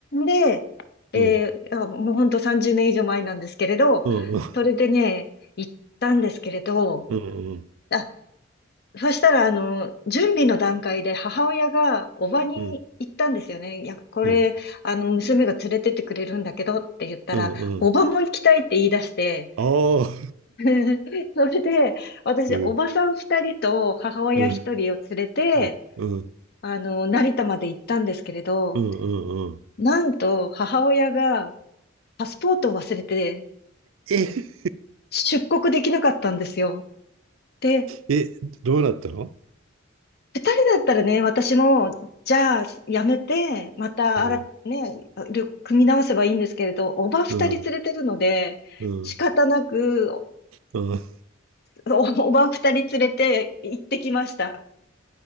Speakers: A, on the left; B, on the right.
A: で、えーいやもうほんと30年以上前なんですけれど、
B: うん、うんうん、
A: それでね、行ったんですけれど、
B: うん、
A: あ、そしたら、あの、準備の段階で母親がおばに行ったんですよね。
B: うん、
A: いや、これ、
B: うん、
A: あの、娘が連れてってくれるんだけどって言ったら、
B: うん、
A: おばも行きたいって言い出して、
B: うん、ああ、
A: <laughs> それで、私、
B: うん、
A: おばさん2人と母親1人を連れて、
B: うん、うん、うん、うん、
A: あの、成田まで行ったんですけれど、
B: うん
A: なんと母親がパスポートを忘れて
B: え、
A: 出国できなかったんですよ。で、
B: え、どうなったの
A: 二人だったらね、私も、じゃあ、やめて、また、
B: うん、
A: あら、ね、旅組み直せばいいんですけれど、おば二人連れてるので、
B: うん、うん、
A: 仕方なく、
B: うん、
A: お、
B: うん、
A: おば二人連れて行ってきました。